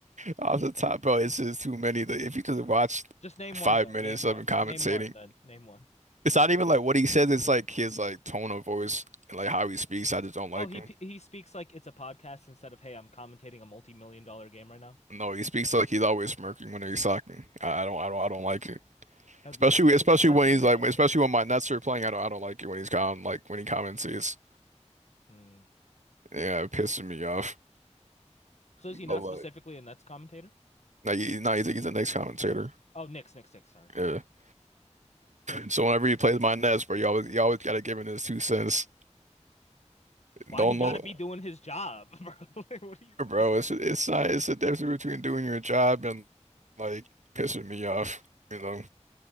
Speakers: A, on the right; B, on the left.
A: Off the top, bro, it's just too many. Like, If you just watch
B: Just name
A: five
B: one then.
A: minutes
B: Name one.
A: of him commentating.
B: Name one then. Name one.
A: It's not even like what he says, it's like his like tone of voice and like how he speaks. I just don't like
B: Oh, he
A: him.
B: p- he speaks like it's a podcast instead of hey, I'm commentating a multi-million dollar game right now.
A: No, he speaks like he's always smirking when he's talking. I, I don't I don't I don't like it.
B: Have
A: Especially
B: you seen
A: especially
B: him smirk
A: when
B: when
A: he's
B: he's
A: like
B: talking?
A: especially when my Nets are playing, I don't I don't like it when he's comment like when he comments it's
B: Hmm.
A: yeah, it pisses me off.
B: So is he
A: But
B: not
A: like
B: specifically a Nets commentator?
A: like he, no, he's he's the next commentator.
B: Oh, Knicks, Knicks, Knicks. Sorry.
A: Yeah.
B: Yeah.
A: <laughs> So whenever he plays my Nets, bro, you always you always gotta give him his two cents.
B: Why
A: Don't
B: he got
A: know
B: to be doing his job, bro? <laughs> like, what do you say?
A: bro, it's it's not it's the difference between doing your job and like pissing me off, you know.